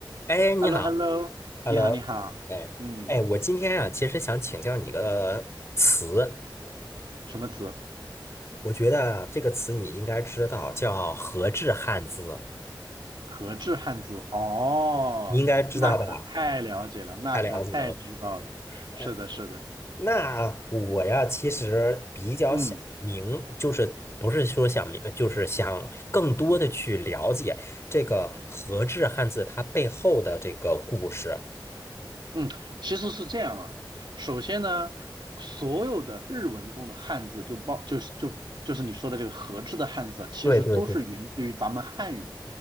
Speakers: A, on the left; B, on the right.
A: 哎，你好
B: h e l l o h e l l o
A: Hello，
B: 你好，你好，
A: 哎，
B: 嗯，
A: 哎，我今天啊，其实想请教你个词，
B: 什么词？
A: 我觉得这个词你应该知道，叫和制汉字，
B: 和制汉字？哦，
A: 你应该知道吧？
B: 那可太了解了，那可太知道了，
A: 太了解了。
B: 是的，
A: 哎
B: 是的，
A: 那我呀，其实比较想明，
B: 嗯。
A: 就是不是说想明，就是想更多的去了解这个和制汉字它背后的这个故事。
B: 嗯，其实是这样啊。首先呢，所有的日文中的汉字就包就是就就是你说的这个和制的汉字啊，其实都是源自于咱们汉语。
A: 对对对，